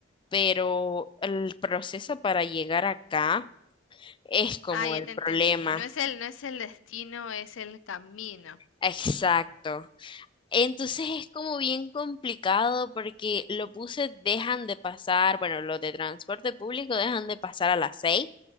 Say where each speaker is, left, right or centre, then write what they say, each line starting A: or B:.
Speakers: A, on the left; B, on the left.
A: pero el proceso para llegar acá es como
B: Ah, ya
A: el
B: te
A: problema.
B: entendí. No es el, no es el destino, es el camino.
A: Exacto. Entonces es como bien complicado porque los buses dejan de pasar, bueno, los de transporte público dejan de pasar a las seis